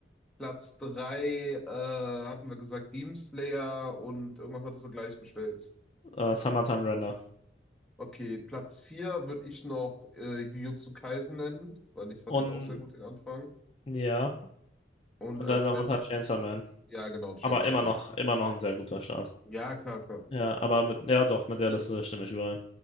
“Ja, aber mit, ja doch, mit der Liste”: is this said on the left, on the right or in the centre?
Left